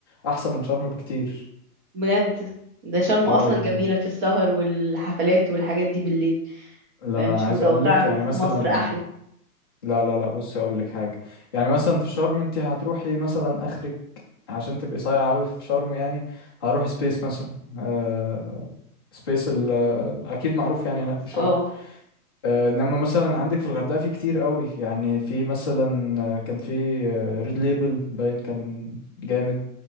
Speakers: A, on the left; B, on the right.
A: احسن من شرم بكتير
B: بجد ده شرم
A: اه
B: اصلا
A: يعني
B: جميله في السهر والحفلات والحاجات دي بالليل
A: لا
B: يعني
A: لا
B: مش
A: انا عايز
B: متوقعه
A: اقول لك
B: انه
A: يعني
B: في
A: مثلا
B: مصر احلى
A: لا لا لا بصي اقول لك حاجه يعني مثلا في شرم انت هتروحي مثلا اخرك عشان تبقي صايعه قوي في شرم يعني هروح سبيس مثلا آه سبيس ال- آه، اكيد معروف يعني هناك في شرم
B: اه
A: آه انما مثلا عندك في الغردقه في كتير قوي يعني في مثلا آه، كان في ريد ليبل باين كان جامد